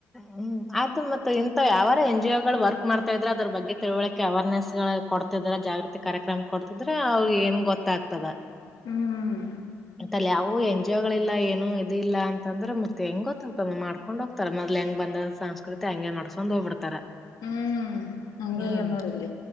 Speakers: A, in the centre; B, on the left.
A: ಹ್ಮ್ ಅ ಮತ್ತೆ ಇಂತ ಯಾವಾರ ಎನ್ ಜಿ ಗಳು ವರ್ಕ್ ಮಾಡ್ತಾ ಇದ್ರೆ ಅದ್ರ ಬಗ್ಗೆ ತಿಳ್ವಳಕೆ ಅವೇರ್ನೆಸ್ ಕೊಡ್ತಿದಾರ ಜಾಗೃತಿ ಕಾರ್ಯಕ್ರಮ ಕೊಡ್ತಿದ್ರೆ ಅವ್ರ ಏನ್ ಗೊತ್ತಾಗ್ತದ
B: ಹ್ಮ್
A: ತಲ್ಲಿ ಓ ಎನ್ ಜಿ ಗಳ ಇಲ್ಲ ಏನು ಇಲ್ಲ ಅಂದ್ರೆ ಮತ್ತೆ ಹೆಂಗ ಗೊತ್ತಾಗ್ತ ಮಾಡ್ಕೊಂಡ್ ಹೋಗ್ತಾರ ಮ. ಇಲ್ ಹೆಂಗ್ ಬಂದ ಸಂಸ್ಕೃತಿ ಹಂಗಗೆ ನಡ್ಸ್ಕೊಂಡ್ ಹೋಗ್ಬಿಡ್ತಾರ
B: ಹ್ಮ್ ಹಂಗೆ
A: ಹ್ಮ್
B: ಎನ್ ನೋಡಿಲ್ಲಿ